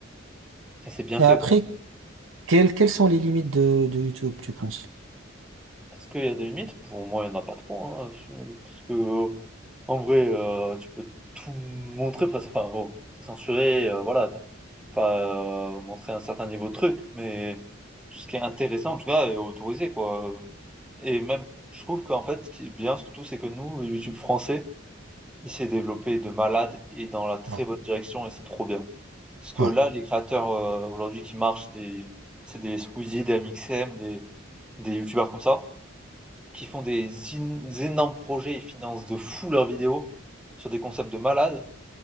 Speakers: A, in the centre; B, on the right.
A: et c'est bien
B: Et
A: fait,
B: après,
A: quoi.
B: quelles, quelles sont les limites de, de YouTube, tu penses?
A: Est-ce qu'il y a des limites? Pour moi, il n'y en a pas trop, hein, parce que euh, en vrai, euh, tu peux tout montrer presque. Enfin, bon, c'est censuré, euh, voilà, t'as- tu peux pas euh, montrer un certain niveau de truc, mais tout ce qui est intéressant, en tout cas, est autorisé, quoi. Et même, je trouve qu'en fait, ce qui est bien surtout, c'est que nous, le YouTube français, il s'est développé de malade et dans la très
B: Ouais,
A: bonne direction, et c'est trop bien. Parce que
B: ouais,
A: là, les créateurs euh, aujourd'hui qui marchent, c'est des, c'est des Squeezie, des MXM, des, des YouTubeurs comme ça qui font des, in- des énormes projets, ils financent de fou leurs vidéos sur des concepts de malades.